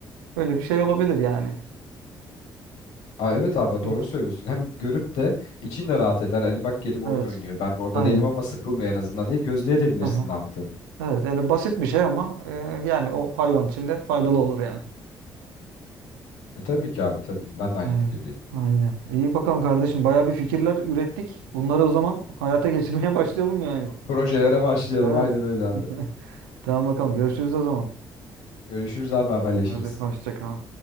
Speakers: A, on the right; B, on the left.
A: böyle bir şey olabilir yani.
B: Aa, evet abi doğru
A: Evet.
B: söylüyorsun. Hem görüp de için de rahat eder. Hani bak kedim oyun
A: Evet.
B: oynuyor. Ben bu orada
A: Aynen.
B: değilim ama sıkılmıyor en azından diye gözleyebilirsin
A: Aha.
B: ne yaptığını.
A: Evet. Yani basit bir şey ama e, yani o hayvan için de faydalı olur yani.
B: E, tabii ki abi tabii ki. Ben de aynı
A: Aynen.
B: fikirdeyim.
A: Aynen. İyi bakalım kardeşim. Bayağı bir fikirler ürettik. Bunları o zaman hayata geçirmeye <laughs> başlayalım yani.
B: Projelere başlayalım.
A: Evet.
B: Aynen öyle abi.
A: <laughs> Tamam bakalım görüşürüz o zaman.
B: Görüşürüz abi haberleşiriz.
A: Hadi hoşça kal.